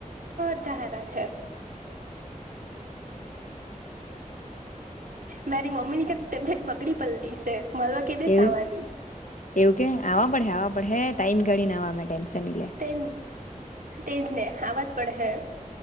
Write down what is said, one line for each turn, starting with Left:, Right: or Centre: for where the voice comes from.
Right: બધા હારા છે. મારી મમ્મી ની જક તબિયત બગડી પલ્લી છે. મળવા કે દિવસ
Left: એવું
Right: આવાની
Left: એવું કે આવા પડે આવા પડહે ટાઈમ કાઢીને આવા મેં ટેન્શન ની લે
Right: તેન તેજ ને આવાજ પડહે.